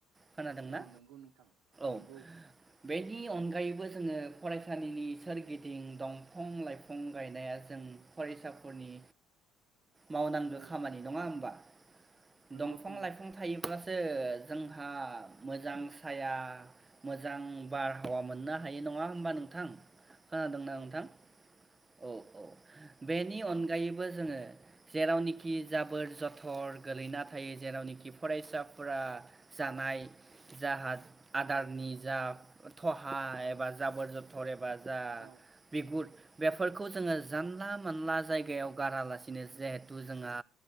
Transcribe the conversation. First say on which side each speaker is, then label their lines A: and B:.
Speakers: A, on the right; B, on the right.
A: खोनादोंना
B: औ नंगौ नोंथां नंगौ
A: औ बेनि अनगायैबो जोङो फरायसालिनि सोर गिदिं दंफं लाइफं गायनाया जों फरायसाफोरनि मावनांगो
B: औ
A: खामानि नङा होमबा
B: नंगौ
A: दंफां
B: नोंथां
A: लाइफां थायो अब्लासो जोंहा मोजां साया मोजां बारहावा मोननो हायो नङा होमबा नोंथां खोनादोंना
B: औ
A: नोंथां औ औ बे बेनि अनगायैबो जोङो जेरावनोखि जाबोर जथर गोलैना थायो जेरावनोखि फरायसाफोरा जानाय जाहाद आदारनि
B: औ
A: जा थहा एबा जाबोर जथर एबा जा
B: औ
A: बिगुुद बेफोरखौ जोङो जानला मोनला जायगायाव गारालासिनो जिहेथु जोंहा